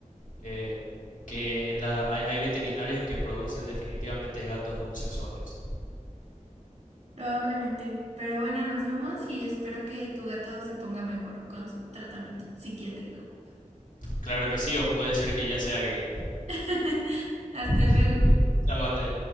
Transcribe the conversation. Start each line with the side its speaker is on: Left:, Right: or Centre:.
Left: eh, que en la, hay, hay veterinarios que producen definitivamente gatos homosexuales.
Right: Probablemente. Pero bueno, nos vemos y espero que tu gato se ponga mejor con su tratamiento psiquiátrico.
Left: Claro que sí, o puede ser que ya sea gay.
Right: <laughs> Hasta
Left: <laughs>
Right: luego.
Left: Chao, Andrea.